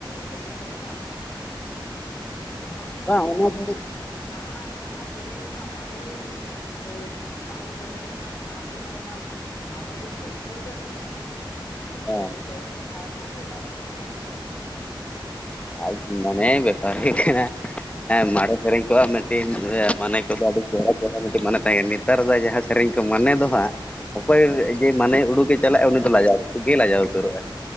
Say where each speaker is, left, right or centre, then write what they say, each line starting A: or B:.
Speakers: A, on the left (about 55°); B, on the left (about 15°).
A: ᱥᱮᱨᱮᱧ ᱨᱮᱱᱟᱜ ᱢᱟᱱᱮᱠ
B: ᱵᱟᱝ ᱚᱱᱟ ᱫᱚ
A: ᱱᱟᱦᱟᱜ ᱱᱟᱦᱟᱜ ᱥᱮᱨᱮᱧ ᱨᱮᱱᱟᱜ ᱢᱟᱱᱮᱞᱤᱧ ᱯᱟᱹᱦᱤᱞ ᱥᱮᱨᱮᱧ ᱨᱮᱱᱟᱜ ᱱᱟᱦᱟᱜ ᱥᱮᱨᱮᱧ ᱨᱮᱱᱟᱜ ᱢᱟᱱᱮ ᱞᱤᱧ ᱵᱟᱹᱭᱴᱷᱟᱹᱣ ᱮᱫᱟ ᱥᱮ ᱦᱮᱸ
B: ᱦᱮᱸ
A: ᱦᱮᱸᱛᱚ ᱟᱭᱢᱟ ᱵᱷᱮᱜᱟᱨᱚᱜ ᱠᱟᱱᱟ ᱮᱠᱫᱚᱢ
B: ᱟᱡ ᱢᱟᱱᱮ ᱵᱮᱯᱟᱨ ᱦᱩᱭᱩᱜ ᱠᱟᱱᱟ ᱦᱮᱸ ᱢᱟᱨᱮ ᱥᱮᱨᱮᱧ ᱠᱚ ᱛᱤᱧ ᱢᱟᱱᱮ ᱠᱚᱫᱚ ᱟᱹᱰᱤ ᱪᱮᱦᱨᱟ ᱪᱮᱦᱨᱟ ᱢᱤᱴᱤᱡ ᱢᱟᱱᱮ ᱛᱟᱦᱮᱸ ᱠᱟᱱᱟ, ᱱᱮᱛᱟᱨ ᱫᱚ ᱡᱟᱦᱟᱸ ᱥᱮᱨᱮᱧ ᱠᱚ ᱢᱚᱱᱮ ᱫᱚ ᱦᱟᱸᱜ ᱚᱠᱚᱭ ᱡᱮ ᱢᱟᱱᱮ ᱩᱰᱩᱠᱮ ᱪᱟᱞᱟᱜᱼᱟ ᱩᱱᱤ ᱫᱚ ᱞᱟᱡᱟᱣ ᱩᱛᱟᱹᱨ ᱜᱮᱭ ᱞᱟᱡᱟᱣ ᱩᱛᱟᱹᱨᱚᱜᱼᱟ